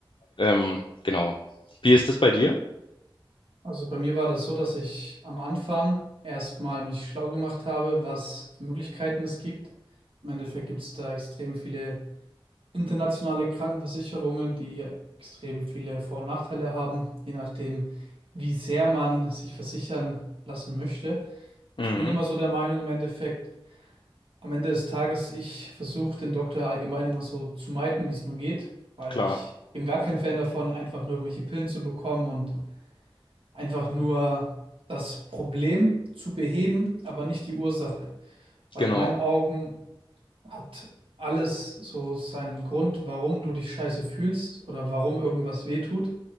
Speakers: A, on the left (about 65°); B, on the right (about 80°).
A: Ähm, genau. Wie ist das bei dir?
B: Also bei mir war das so, dass ich am Anfang erstmal mich schlau gemacht habe, was für Möglichkeiten es gibt. Im Endeffekt gibt es da extrem viele internationale Krankenversicherungen, die extrem viele Vor- und Nachteile haben, je nachdem, wie sehr man sich versichern lassen möchte.
A: Mhm,
B: Ich bin immer so der Meinung, im Endeffekt, am Ende des Tages, ich versuche den Doktor allgemein immer so zu meiden, wie es nur geht, weil
A: klar,
B: ich bin gar kein Fan davon, einfach nur irgendwelche Pillen zu bekommen und einfach nur das Problem zu beheben, aber nicht die Ursache. Weil
A: genau.
B: in meinen Augen hat alles so seinen Grund, warum du dich scheiße fühlst oder warum irgendwas wehtut.